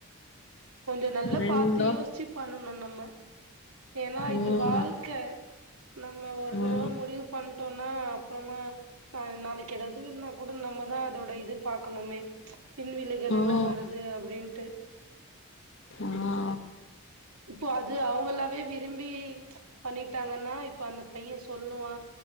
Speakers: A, on the right (about 80°); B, on the left (about 55°).
A: கொஞ்சோ நல்லா
B: ரெண்டு
A: பாத்து யோசிச்சு பண்ணனும் நம்ம ஏன்னா இது
B: ம்
A: வாழ்க்க நம்ம ஒரு
B: ம்
A: தடவை முடிவு பண்ணுட் ட்டோனா அப்புறமா நா நாளைக்கு எதாதுனா கூட நம்மதான் அதோட இது பாக்கணுமே பின்விளைகள்
B: ம்
A: என்ன வருது அப்படின்னு ட்டு
B: ஹா
A: இப்போ அது அவங்களாவே விரும்பி பண்ணிட்டாங்கன்னா இப்ப அந்த பைய சொல்லுவா